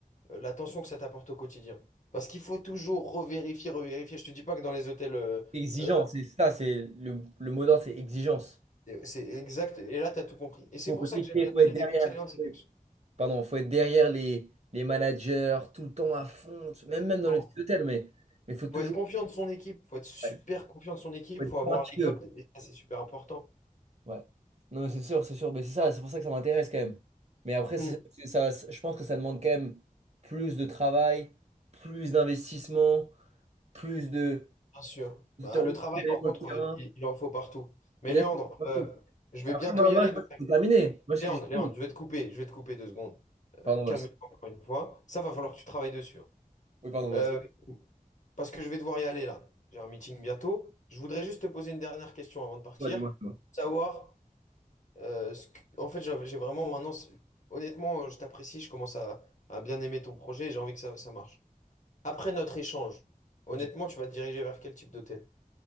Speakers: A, on the left (about 55°); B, on the right (about 50°).
A: la tension que ça t'apporte au quotidien. Parce qu'il faut toujours revérifier, revérifier. Je te dis pas que dans les hôtels, euh,
B: C'est exigeant,
A: euh,
B: c'est ça, c'est le, le mot d'ordre, c'est exigence.
A: c'est c'est exact. Et là, tu as tout compris. Et c'est
B: faut
A: pour
B: briller,
A: ça que j'aime bien te
B: faut être
A: donner
B: derrière.
A: des conseils. hein, c'est pas que-
B: pardon, faut être derrière les, les managers, tout le temps à fond, même, même dans
A: Non.
B: le petit hôtel, mais il faut toujours
A: Faut être confiant de son équipe, faut être super
B: ouais,
A: confiant de son équipe,
B: faut être
A: faut
B: pointilleux.
A: avoir les codes, et ça c'est super important.
B: Ouais. Non, mais c'est sûr, c'est sûr, mais c'est ça, c'est pour ça que ça m'intéresse quand même. Mais après, c'est
A: Mm,
B: c'est- ça, va- je pense que ça demande quand même plus de travail, plus d'investissement, plus de...
A: bien sûr.
B: d'aller
A: Bah, le travail, par
B: sur
A: contre,
B: le terrain.
A: euh, il, il en faut partout. Mais
B: Bien
A: Léandre,
B: sûr, c'est pas
A: euh,
B: tout.
A: je vais
B: Après,
A: bientôt
B: moi,
A: y
B: moi,
A: aller.
B: je pense
A: donc-
B: que c'est terminé. Moi, ce
A: Léandre,
B: que je
A: Léandre,
B: dis...
A: je vais te couper, je vais te couper deux secondes. Euh,
B: Pardon,
A: calme-toi
B: boss.
A: encore une fois. Ça va falloir que tu travailles dessus. hein.
B: Oui, pardon, boss.
A: Euh, parce que je vais devoir y aller là. J'ai un meeting bientôt. Je voudrais juste te poser une dernière question avant de partir.
B: Toi, dis-moi, dis-moi.
A: Savoir, euh, ce que- en fait, j'avais- j'ai vraiment maintenant, c'est- honnêtement, je t'apprécie, je commence à, à bien aimer ton projet et j'ai envie que ça, ça marche. Après notre échange, honnêtement,
B: Du-
A: tu vas te diriger vers quel type d'hôtel?